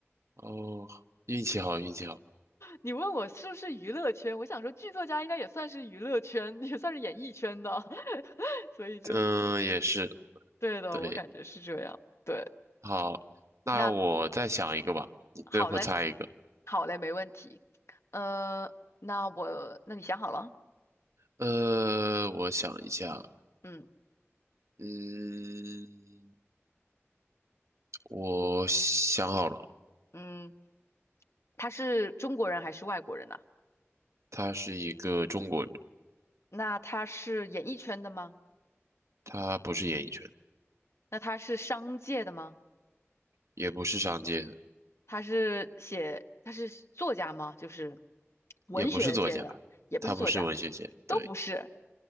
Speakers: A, on the right; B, on the left.
A: 哦，运气好，运气好。
B: 你问我是不是娱乐圈，我想说剧作家应该也算是娱乐圈，<laughs> 也算是演艺圈的，<laughs> 所以就
A: 嗯，也是，
B: 对的，
A: 对，
B: 我感觉是这样。对，
A: 好，那我再想一个吧，
B: 那
A: 你最后猜一个。
B: 好嘞，好嘞，没问题。呃，那我，那你想好了？
A: 呃，我想一下，
B: 嗯
A: 嗯，我想好了，
B: 嗯，他是中国人还是外国人呢？
A: 他是一个中国人，
B: 那他是演艺圈的吗？
A: 他不是演艺圈，
B: 那他是商界的吗？
A: 也不是商界的，
B: 他是写，他是作家吗？就是文学界的，
A: 也不是作家，
B: 也不是作家，
A: 他不是文学界，
B: 都不是。
A: 对，